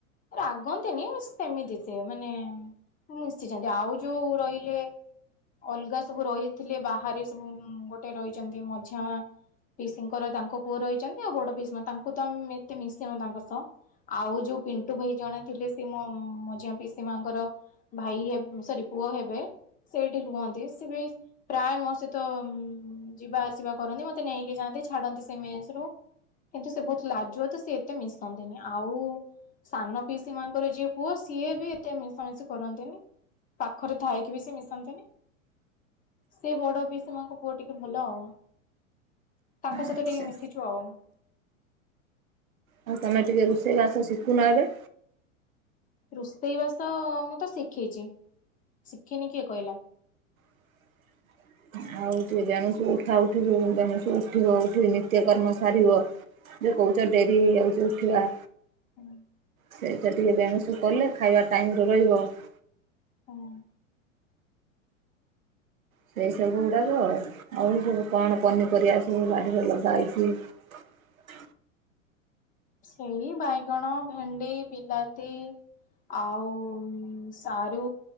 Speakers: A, on the left; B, on the right.
A: ରାଗନ୍ତିନି ସେମିତି ସେ ମାନେ ହଁ ମିଶି ଯାଆନ୍ତି ଆଉ ଯୋଉ ରହିଲେ ଅଲଗା ସବୁ ରହିଥିଲେ ବାହାରେ ସବୁ ଉଁ ଗୋଟେ ରହିଛନ୍ତି ମଝିଆଁ ମା ପିସିଙ୍କର ତାଙ୍କ ପୁଅ ରହିଛନ୍ତି ଆଉ ବଡ ପିସି ମାଆ ତାଙ୍କୁ ତ ଆମେ ଏତେ ମିଶି ନୁ ତାଙ୍କ ସହ। ଆଉ ଯୋଉ ପିଣ୍ଟୁ ଭାଇ ଜଣେ ଥିଲେ ସେ ମୋ ମଝିଆ ପିସି ମାଆ ଙ୍କ ର ଭାଇ ହେ ସରି ପୁଅ ହେବେ ସେଇ ରୁହନ୍ତି ସେ ବି ପ୍ରାୟ ମୋ ସହିତ ଉଁ ଯିବା ଆସିବା କରନ୍ତି ମତେ ନେଇକି ଯାଆନ୍ତି ଛାଡନ୍ତି କି ସେ ମେସ୍ ର କିନ୍ତୁ ସେ ବହୁତ ଲାଜୁ ତ ସେ ଏତେ ମିଶନ୍ତିନି ଆଉ ସାନ ପିସି ମାନଙ୍କର ଯିଏ ପୁଅ ସିଏ ବି ଏତେ ମିଶାମିଶି କରନ୍ତିନି। ପାଖରେ ଥାଇକି ବି ସେ ମିଶନ୍ତିନି। ସେ ବଡ ପି ସି ମାଙ୍କ ପୁଅ ଟିକେ ଭଲ ଆଉ। ତାଙ୍କ
B: ଆଚ୍ଛା
A: ସହିତ ଟିକେ ମିଶିଛୁ ଆଉ।
B: ଆଉ ତମେ ଟିକେ ରୋଷେଇ ବାଷ ଶିଖୁ ନ ଏବେ।
A: ରୋଷେଇବାସ ମୁଁ ତ ଶିଖିଚି। ଶିଖିନି କିଏ କହିଲା?
B: <unintelligible> ବେନୁଶୁ ଉଠା ଉଠିବ ବେଣୁସୁ ଉଠିବ ଉଠିବ ନିତ୍ୟକର୍ମ ସାରିବ। ଯେ କହୁଛ ଡେରି ହେଇଯାଉଛି ଉଠିବା
A: <unintelligible>
B: ସେଇଟା ଟିକେ ବେଉଁସ କଲେ ଖାଇବା ଟାଇମରେ ରହିବ ।
A: ହଁ।
B: ସେଇ ସବୁ ଗୁଡାକ। ଆଉ ସବୁ କଣ ପନିପରିବା ସବୁ ବାଡ଼ିରେ ଲଗା ହେଇଛି? ହ
A: ସେଇ ବାଇଗଣ, ଭେଣ୍ଡି, ବିଲାତି ଆଉ ସାରୁ